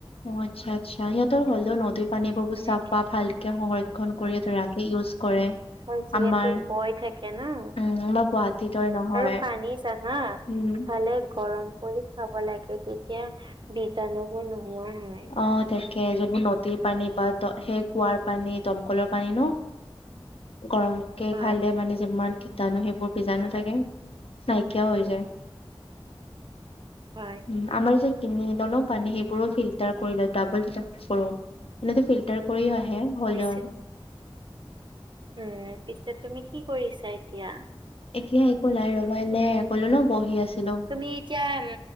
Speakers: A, on the left; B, on the right.
A: অ আচ্ছা আচ্ছা, সিহঁতৰ হলেও নদীৰ পানী বহুত
B: এনেকে
A: চাফা ভাল। সংৰক্ষণ কৰিয়েতো ৰাখে ইউজ কৰে।
B: হয় যিহেতু
A: আমাৰ
B: বৈ থাকে না
A: উম আমাৰ গুৱাহাটীৰ দৰে নহয়।
B: আৰু পানী জানা?
A: উম।
B: খালে গৰম কৰি খাব লাগে, তেতিয়া বীজাণুবোৰ নোহোৱা হয়।
A: অ তাকে যদি নদীৰ পানী বা দ সেই কুঁৱাৰ পানী, দমকলৰ পানী ন গৰমকে
B: হয়
A: খালে মানে যিমান কীটানো সেইবোৰ বীজাণু থাকে, নাইকিয়াও হৈ যায়।
B: হয়
A: উম আমাৰ যে কিনি ললো পানী সেইবোৰো ফিল্টাৰ কৰি লয় ডাবল ফিল্টাৰ কৰো, এনেতো ফিল্টাৰ কৰিয়ে আহে। হলেও
B: পিছে উম পিছে তুমি কি কৰিছা এতিয়া
A: এতিয়া একো নাই ৰবা এনে কলো ন বহি আছিলো
B: তুমি এতিয়া উ